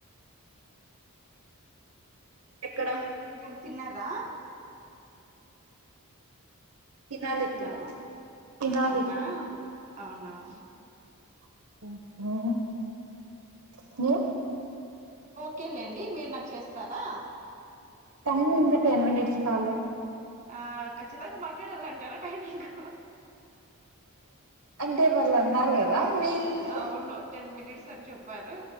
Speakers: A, on the right; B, on the right.
A: ఎక్కడ
B: ఇంగేం తిన్నారా
A: తినాలి ఇప్పుడు
B: హలో
A: తినాలి
B: అవునా అవునవును
A: <inaudible> యే
B: కేలేండి మీరు నాకు చేస్తారా
A: టైం ఇంకా టెన్ మినిట్స్ కాలె
B: ఆ ఖచ్చితంగ మాట్లాడాలంటారా టైమింగు
A: అంటే వాళ్ళు అన్నారు గదా మీరె
B: అవును టెన్ మినిట్స్ అని చెప్పారు